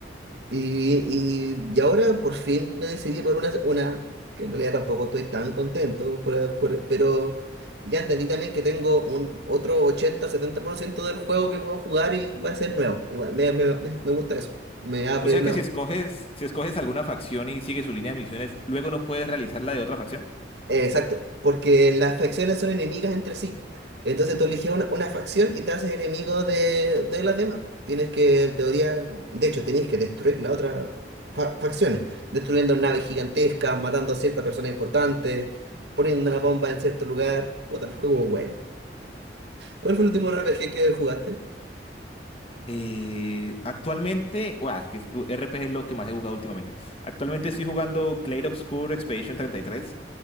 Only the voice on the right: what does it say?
Y, y, y ahora por fin me decidí por una, una que en realidad tampoco estoy tan contento, por- por- pero ya entendí también que tengo un otro ochenta setenta por ciento del juego que puedo jugar y va a ser nuevo. Igual, me, me, me me gusta eso. Me abre
las
Eh, exacto, porque las facciones son enemigas entre sí. Entonces tú eliges una, una facción y te haces enemigo de, de las demás. Tienes que, en teoría, de hecho, tenéis que destruir las otras fa- facciones, destruyendo naves gigantescas, matando a ciertas personas importantes, poniendo una bomba en cierto lugar. Puta, el juego es bueno. ¿Cuál fue el último RPG que jugaste?